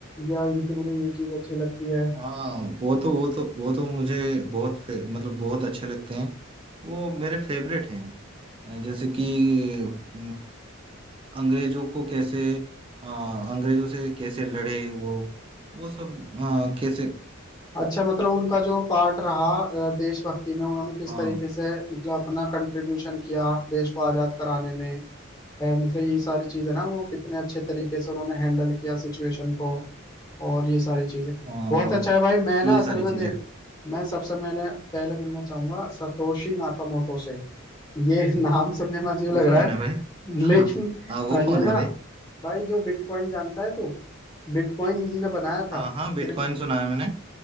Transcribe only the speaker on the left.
या इनकी मुझे ये चीज अच्छी लगती है
अच्छा मतलब उनका जो पार्ट रहा अ, देशभक्ति में उन्होंने किस
तरीके से मतलब अपना कंट्रीब्यूशन किया देश को आजाद कराने में अ, मतलब यही सारी चीज है ना वो कितने अच्छे तरीके से उन्होंने हैंडल किया सिचुएशन को और ये सारी चीजें
बहुत अच्छा है भाई मैं ना
असल
में देख
मैं सबसे मैंने पहले मिलना चाहूंगा सतोशी नाकामोटो से ये <laughs> नाम सुनने में अजीब
लग रहा
है
लेकिन
हाँ, ये
ना
भाई जो बिटकॉइन जानता है तू बिटकॉइन इन्हीं ने बनाया था
क्रिप-